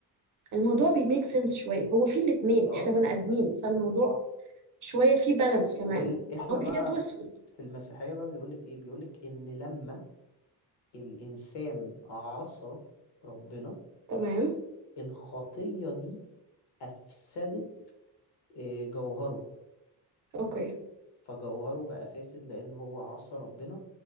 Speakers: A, on the right; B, on the left.
A: الموضوع بيميك سنس شوية هو في الاتنين
B: اه
A: احنا بني آدمين فالموضوع شوية فيه بالانس
B: وال...
A: كمان
B: احنا
A: أبيض
B: بقى
A: وأسود
B: في المسيحية بقى بيقولك ايه بيقولك ان لما الانسان عصى ربنا
A: تمام
B: الخطية دي افسدت آه، جوهره
A: أوكي
B: فجوهره بقى فاسد لأن هو عصى ربنا